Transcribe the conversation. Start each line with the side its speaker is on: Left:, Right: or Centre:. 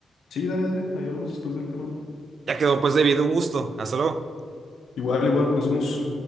Left: Sí, dale, dale, ahí hablamos después del tema.
Right: Ya quedó, pues, David, un gusto. Hasta luego.
Left: Igual, igual, nos vemos.